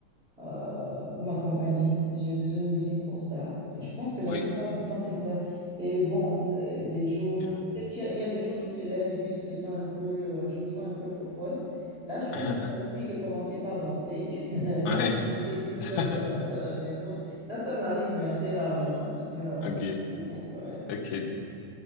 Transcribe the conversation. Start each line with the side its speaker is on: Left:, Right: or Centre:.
Centre: euh, pour m'accompagner. J'ai besoin de musique pour ça. Je pense que la
Left: oui,
Centre: plupart du temps, c'est ça. Et bon, euh, des jours où
Left: c'est bon.
Centre: tu sais, tu as- il y a des jours où tu te lèves et puis tu te sens un peu, euh, je me sens un peu fofolle. Là, je peux
Left: <laughs>
Centre: mettre la musique et commencer par danser. <laughs>
Left: Ouais.
Centre: J'étais toute
Left: <laughs>
Centre: seule dans, la dans la maison. Ça, ça m'arrive, mais assez rarement. Assez rarement.
Left: Ok,
Centre: <laughs> Ouais.
Left: ok, ok.